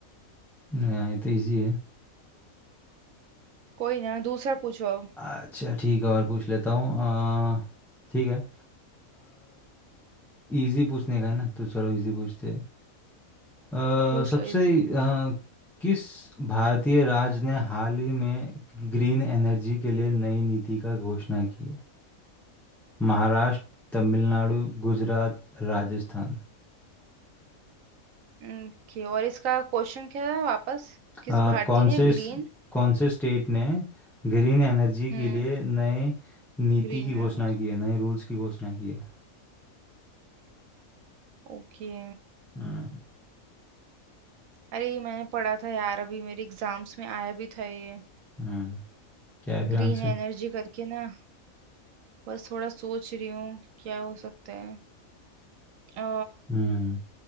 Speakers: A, in the centre; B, on the right (about 75°).
A: आ, ये तो इजी है
B: कोई ना दूसरा पूछो अब
A: अच्छा ठीक है और पूछ लेता हूँ आ, ठीक है इजी पूछने का है ना तो चलो इजी पूछते हैं आ,
B: पूछ
A: सबसे
B: लो इजी
A: आ, किस भारतीय राज्य ने हाल ही में ग्रीन एनर्जी के लिए नई नीति का घोषणा की है महाराष्ट्र तमिलनाडु गुजरात राजस्थान
B: ओके और इसका क्वेश्चन क्या था वापस किस
A: आ,
B: भारतीय
A: कौन
B: ने
A: से
B: ग्रीन
A: कौन से स्टेट ने ग्रीन एनर्जी
B: हम्म
A: के लिए नए नीति
B: Green
A: की घोषणा
B: energy
A: की है नए रूल्स की घोषणा की है
B: ओके
A: हम्म
B: अरे ये मैंने पढ़ा था यार अभी मेरे एग्जाम्स में आया भी था ये
A: हम्म क्या है फिर
B: ग्रीन
A: आंसर
B: एनर्जी करके ना बस थोड़ा सोच रही हूँ क्या हो सकता है अ,
A: हम्म